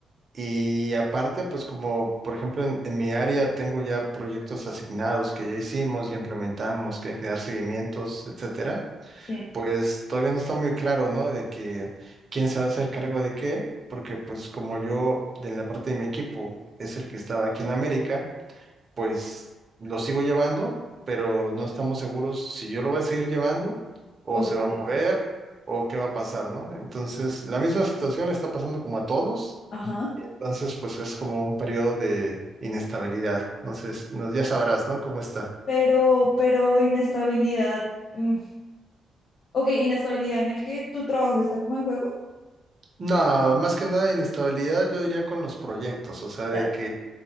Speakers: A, on the right; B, on the left.
A: Y aparte, pues como por ejemplo en, en mi área tengo ya proyectos asignados que ya hicimos y implementamos, que hay que dar seguimientos, etcétera,
B: sí.
A: pues todavía no está muy claro, ¿no? De que quién se va a hacer cargo de qué, porque pues como yo de la parte de mi equipo es el que estaba aquí en América, pues lo sigo llevando, pero no estamos seguros si yo lo voy a seguir llevando o
B: O sí.
A: se va a mover o qué va a pasar, ¿no? Entonces, la misma situación le está pasando como a todos
B: Ajá,
A: entonces, pues es como un periodo de inestabilidad. Entonces, no, ya sabrás, ¿no? Cómo está.
B: pero, pero inestabilidad. mm, Ok, inestabilidad en el que tu trabajo está como en juego.
A: No, más que nada inestabilidad, yo diría con los proyectos, o sea, de
B: Ya.
A: que